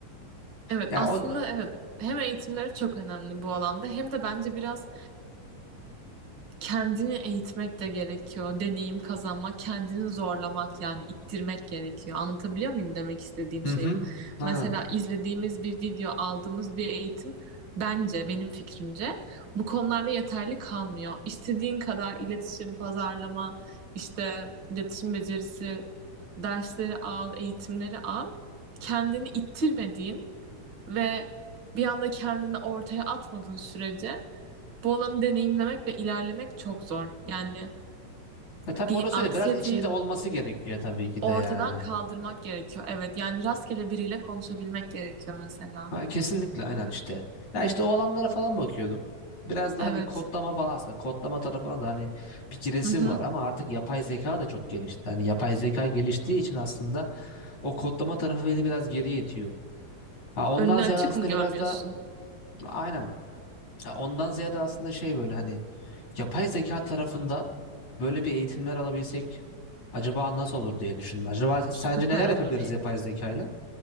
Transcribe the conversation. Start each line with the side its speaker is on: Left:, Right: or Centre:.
Right: Evet
Left: Yani
Right: aslında
Left: o...
Right: evet hem eğitimleri çok önemli bu alanda hem de bence biraz kendini eğitmek de gerekiyor. Deneyim kazanmak, kendini zorlamak yani ittirmek gerekiyor. Anlatabiliyor muyum demek istediğim
Left: Hı
Right: şeyi?
Left: hı. Aynen.
Right: Mesela izlediğimiz bir video, aldığımız bir eğitim bence benim fikrimce bu konularda yeterli kalmıyor. İstediğin kadar iletişim, pazarlama, işte iletişim becerisi dersleri al, eğitimleri al. Kendini ittirmediğin ve bir anda kendini ortaya atmadığın sürece bu olanı deneyimlemek ve ilerlemek çok zor. Yani
Left: E tabii
Right: bir
Left: orası
Right: anksiyeteyi
Left: öyle. Biraz içinde olması gerekiyor tabii ki
Right: ortadan
Left: de yani.
Right: kaldırmak gerekiyor. Evet, yani rastgele biriyle konuşabilmek gerekiyor mesela.
Left: Ha, kesinlikle aynen işte. Ya işte olanlara falan bakıyordum. Biraz da
Right: Evet.
Left: hani kodlama falan aslında kodlama tarafına da hani bir giresim
Right: Hı hı.
Left: var ama artık yapay zeka da çok gelişti. Hani yapay zeka geliştiği için aslında o kodlama tarafı beni biraz geriye itiyor. Ha, ondan
Right: Önünü açık
Left: ziyade aslında
Right: mı görmüyorsun?
Left: biraz da aynen. Ya ondan ziyade aslında şey böyle hani yapay zeka tarafında böyle bir eğitimler alabilsek acaba nasıl olur diye düşündüm. Acaba sence
Right: Süper
Left: neler
Right: olur.
Left: yapabiliriz yapay zekayla?